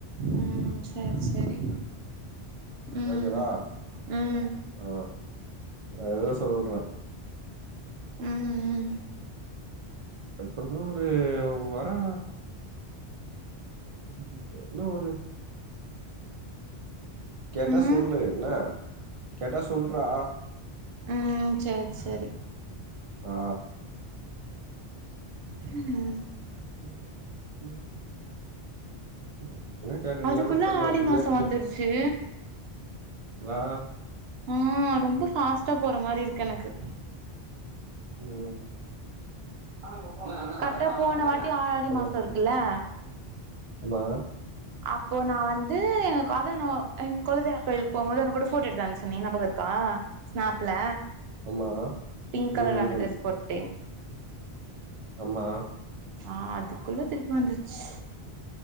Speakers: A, on the right; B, on the right.
A: ம் சேரி சேரி ம்
B: ஓகேவா?
A: ம்
B: ஆ அதுதா சொல்றே
A: ம் ம்
B: எப்பென்னா ஒரு வரா உ தெர்ல ஒரு கேட்டா
A: ம் ம்
B: சொல்லு என்ன கேட்டா சொல்றா
A: ம் சேரி சேரி
B: ஆ
A: உம்
B: <inaudible> ம் என்ன கேட்டேங்வேர
A: அதுக்குள்ள
B: தெர்ல
A: ஆடி
B: பிரியாணியா
A: மாசோ வந்துருச்சு
B: ல
A: <unintelligible> ரொம்ப பாஸ்டா போற மாரி இருக்கு எனக்கு
B: ம் <unintelligible>
A: கரெக்டா போன வாட்டி ஆடி மாசோ இருக்குல்ல
B: அம்மா
A: அப்போ நா வந்து <unintelligible> அத நா கொலதெய்வ கோயிலுக்கு போம்போது உங் கூட போட்டோ எடுத்த அனுப்சேனே ஞாபக இருக்கா ஸ்நாப்ல
B: ஆமா.
A: பிங்க் கலர்
B: ம்
A: அந்த
B: ம்
A: ட்ரெஸ் போட்டு
B: அம்மா
A: ஆ அதுக்குள்ள திருப்பி வந்ச்சு